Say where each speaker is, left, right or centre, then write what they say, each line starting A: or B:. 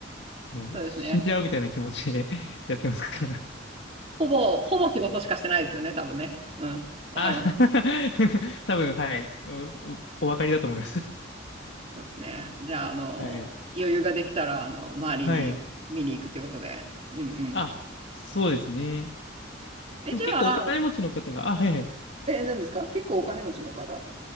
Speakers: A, on the left; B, on the right.
A: もう死んじゃうみたいな気持ちで
B: そうですね。
A: <laughs> やってますから。
B: ほぼ、ほぼ仕事しかしてないですよね、多分ね。うん。わかります。
A: あ、<laughs> 多分、はい。お、おお分かりだと思います。<laughs>
B: そうですね。じゃあ、あの、
A: はい。
B: 余裕ができたら、あの、周りに見に行くっていうことで。
A: はい。
B: うんうん。
A: あ、そうですね。
B: え、
A: でも結構お金持ちの方が、
B: じゃあ、
A: あ、はいはい。
B: え、何ですか結構お金持ちの方